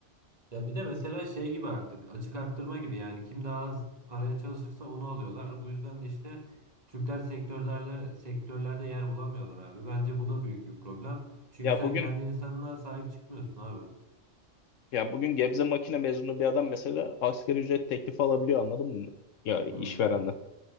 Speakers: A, on the right; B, on the left.
A: ya bir de mesela şey gibi artık açık arttırma gibi yani kim daha az paraya çalışırsa onu alıyorlar. Bu yüzden de işte Türkler sektörlerle sektörlerde yer bulamıyorlar abi. Bence bu da büyük bir problem. Çünkü
B: Ya
A: sen
B: bugün
A: kendi insanına sahip çıkmıyorsun abi.
B: ya bugün Gebze makine mezunu bir adam mesela asgari ücret teklifi alabiliyor anladın mı? Ya işverenden.
A: Hı.